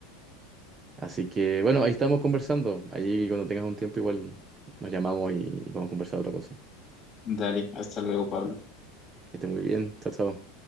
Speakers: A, on the right; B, on the left.
A: Así que bueno, ahí estamos conversando, ahí cuando tengas un tiempo igual nos llamamos y vamos a conversar otra cosa.
B: Dale, hasta luego, Pablo.
A: Que esté muy bien, chao, chao.